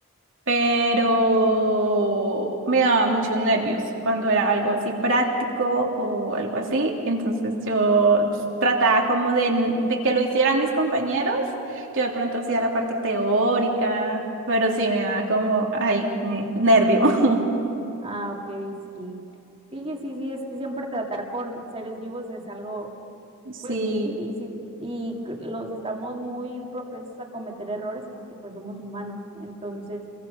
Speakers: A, on the right; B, on the right.
A: pero me daba muchos nervios cuando era algo así práctico o algo así. Entonces yo trataba como de, de que lo hicieran mis compañeros. Yo de pronto hacía la parte teórica, pero sí me daba como, ay, me- nervio. <laughs>
B: Ah, ok, sí. Sí, sí, sí, sí, es que siempre tratar con seres vivos es algo,
A: Sí.
B: pues, bien difícil y c- los estamos muy propensos a cometer errores porque, pues, somos humanos. Entonces,